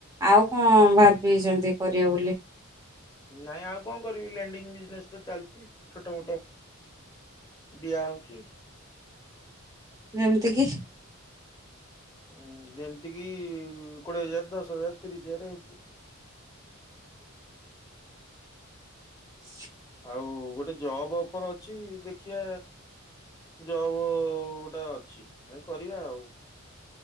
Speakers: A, on the right; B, on the left.
A: ଆଉ କଣ ଭାବିଚନ୍ତି କରିବେ ବୋଲି?
B: ନାଇଁ ଆଉ କଣ କରିବି ଲ୍ୟାଣ୍ଡିଙ୍ଗ ବିଜନେସ୍ ତ ଚାଲିଚି। ଛୋଟ ମୋଟ ଦିଆ ହୋଉଚି।
A: ଯେମିତି କି।
B: ଉଁ ଯେମିତି କିି କୋଡିଏ ହଜାର ଦଶ ହଜାର ତିରିଶ ହଜାର ଏମିତି
A: ହ <inaudible>
B: ଆଉ ଗୋଟେ ଜବ ଅଫର ଅଛି। ଦେଖିବା ଜବ ଟା ଅଛି <unintelligible> କରିବା ଆଉ।